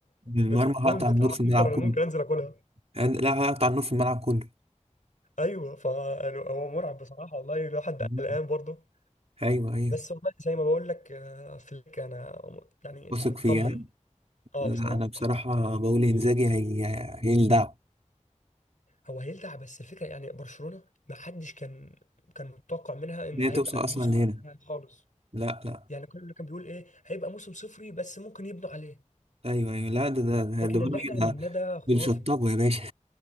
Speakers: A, on the right (about 55°); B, on the left (about 80°).
A: من المرمى
B: من الجون
A: هقطع
B: بتاع
A: النور في الملعب
B: انتر انا
A: كله
B: ممكن انزل اكلها
A: أنا- لا هقطع النور في الملعب كله
B: ايوه فهو مرعب بصراحه والله الواحد
A: <laughs>
B: قلقان
A: مم.
B: برضه
A: ايوه ايوه
B: بس والله زي ما بقول لك آه، فليك انا يعني
A: واثق
B: مطمن
A: فيها
B: اه
A: لا
B: بصراحه
A: انا بصراحة بقول انزاجي هي هي الدعم
B: هو هيلدع بس الفكرة يعني برشلونة ما حدش كان كان متوقع منها ان
A: ان
B: هيبقى
A: هي توصل
B: الموسم
A: اصلا لهنا
B: بتاعها خالص
A: لا لا
B: يعني كل اللي كان بيقول ايه هيبقى موسم صفري بس ممكن يبنوا عليه
A: ايوه ايوه لا ده ده ده
B: لكن
A: ده بيقولوا
B: اللي احنا
A: إيه،
B: عملناه
A: ده
B: ده خرافي
A: بالشطابة يا باشا